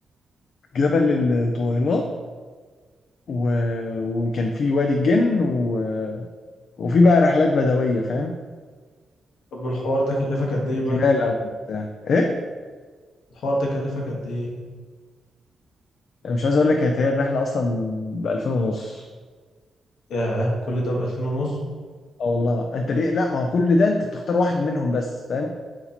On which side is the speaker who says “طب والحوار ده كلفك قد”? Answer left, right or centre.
Left